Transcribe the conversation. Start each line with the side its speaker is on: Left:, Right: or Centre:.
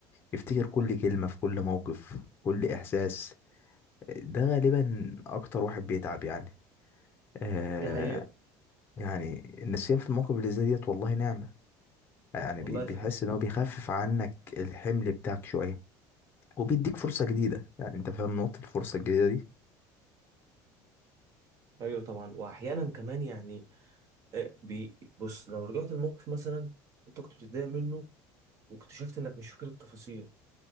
Left: يفتكر كل كلمه في كل موقف كل احساس ده غالبا اكتر واحد بيتعب يعني آه
Right: دي حقيقة
Left: يعني النسيان في المواقف اللي زي ديت والله نعمة يعني
Right: والله
Left: بي- بيحس
Right: في حاجة
Left: ان هو بيخفف عنك الحمل بتاعك شويه وبيديك فرصه جديده يعني انت فاهم نقطه الفرصه الجديده دي
Right: ايوه طبعا واحيانا كمان يعني آه، بي... بص لو رجعت الموقف مثلا انت كنت بتتضايق منه واكتشفت انك مش فاكر التفاصيل